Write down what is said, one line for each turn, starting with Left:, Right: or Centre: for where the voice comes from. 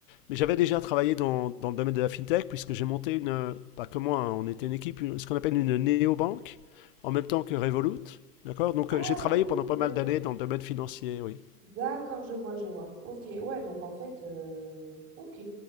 Left: mais j'avais déjà travaillé dans, dans, le domaine de la fintech, puisque j'ai monté une, pas que moi, hein, on était une équipe, une- ce qu'on appelle une néobanque, en même temps que Revolut. D'accord? Donc
Right: Ah,
Left: euh, j'ai travaillé pendant pas mal
Right: d'accord,
Left: d'années dans le domaine financier, oui.
Right: d'accord, je vois, je vois. Ok, ouais, donc en fait, euh, ok,